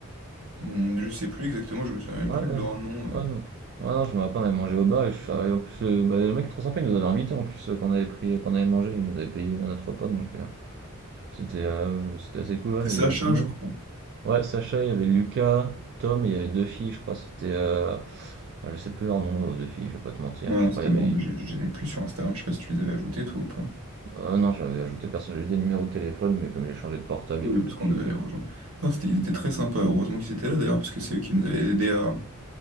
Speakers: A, on the right; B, on the right.
A: Hmm, Je sais plus exactement, je me souviens même
B: Ouais,
A: plus
B: ouais,
A: de leur nom. euh.
B: ouais, non. Ouais, non, je me rappelle, on avait mangé au bar et je suis arrivé. En plus, euh, bah, le mec trop sympa, il nous avait invités en plus, euh, quand on avait pris, euh, quand on avait mangé, il nous avait payé euh, notre repas donc euh, c'était euh, c'était assez cool. Ouais,
A: C'est Sacha,
B: j'ai- non.
A: je crois. Ouais,
B: Ouais, Sacha, il y avait Lucas, Tom et il y avait deux filles, je crois, c'était. euh, ah, je sais plus leur nom, aux deux filles, je vais pas te mentir,
A: non,
B: je crois,
A: c'était
B: il
A: mort,
B: y avait.
A: mais je, je les ai plus sur Instagram, je sais pas si tu les avais ajoutés, toi, ou pas.
B: Ah non, j'avais ajouté personne, j'ai juste des numéros de téléphone, mais comme j'ai changé de portable
A: Oui,
B: et tout
A: parce
B: depuis.
A: qu'on devait
B: euh,
A: les rejoindre. Non, c'était, ils étaient très sympas, heureusement qu'ils étaient là, d'ailleurs, parce que c'est eux qui nous avaient aidés à,